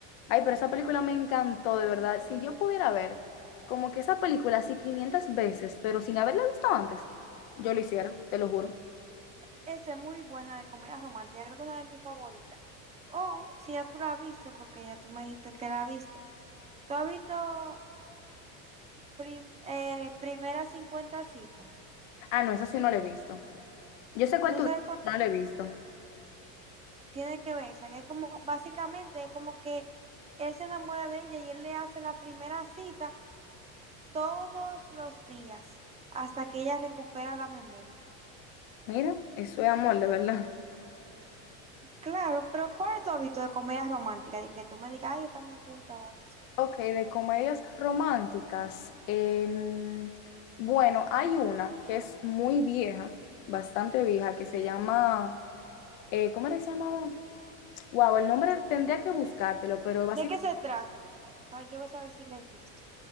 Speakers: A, on the left; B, on the right.
A: Ay, pero esa película me encantó, de verdad. Si yo pudiera ver como que esa película así 500 veces, pero sin haberla visto antes, yo lo hiciera, te lo juro.
B: Esa es muy buena de comedia romántica, creo que una de mis favoritas. O si ya tú la viste, porque ya tú me dijiste que la viste. ¿Tú has visto prim- eh, primeras cincuenta citas?
A: Ah, no, esa sí no la he visto. Yo sé cuál
B: ¿Tú
A: tú
B: sabes
A: dices,
B: cuál?
A: no la he visto.
B: Tiene que ver o sea que es como, básicamente es como que él se enamora de ella y él le hace la primera cita todos los días hasta que ella recupera la memoria.
A: Mira, eso es amor, de verdad.
B: Claro, pero ¿cuál es tu hábito de comedia romántica? De que tú me digas, ay, esta me gusta o algo así.
A: Ok, de comedias románticas. em, bueno, hay una que es muy vieja, bastante vieja, que se llama, eh, ¿cómo era que se llamaba? Wow, el nombre tendría que buscártelo, pero básicamente,
B: ¿De qué se trata? Para yo saber si la he visto.